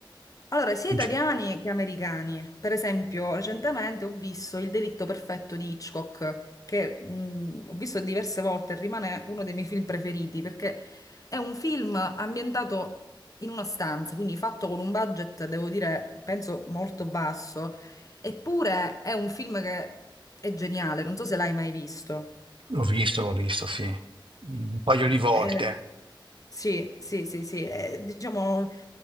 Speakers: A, on the left; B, on the right.
A: Allora, sia
B: In
A: italiani
B: ge-
A: che americani. Per esempio, recentemente ho visto Il delitto perfetto di Hitchcock, che mh, ho visto diverse volte e rimane uno dei miei film preferiti, perché è un film ambientato in una stanza, quindi fatto con un budget, devo dire, penso molto basso, eppure è un film che è geniale, non so se l'hai mai visto.
B: L'ho visto, l'ho visto, sì, un paio di volte.
A: Eh, sì, sì, sì, sì, eh, diciamo